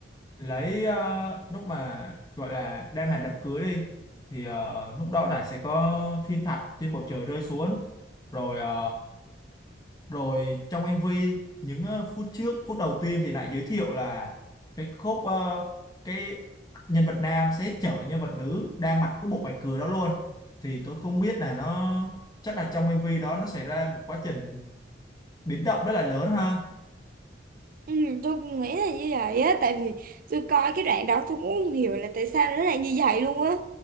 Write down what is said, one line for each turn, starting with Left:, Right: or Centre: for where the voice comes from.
Left: lấy ờ, lúc mà gọi là đang làm đám cưới đi thì ờ, lúc đó là sẽ có thiên thạch trên bầu trời rơi xuống rồi ờ, rồi trong MV những ờ, phút trước phút đầu tiên thì lại giới thiệu là cái khúc ờ, cái nhân vật nam sẽ chở nhân vật nữ đang mặc cái bộ vải cười đó luôn thì tôi không biết là nó chắc là trong MV đó nó xảy ra một quá trình biến động rất là lớn ha
Right: Ừ, tôi cũng nghĩ là như vậy á Tại vì tôi coi cái đoạn đó tôi cũng không hiểu là tại sao nó lại như vậy luôn á